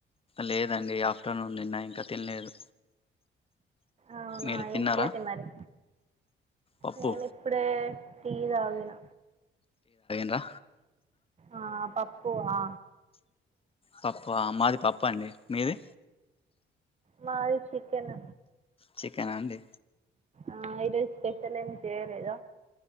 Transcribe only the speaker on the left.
లేదండి ఆఫ్టర్నూన్ తిన్నా ఇంకా తినలేదు
మీరు తిన్నారా
పప్పు
దా
పప్పా మాది పప్పు అండి మీది
చికెనా అండి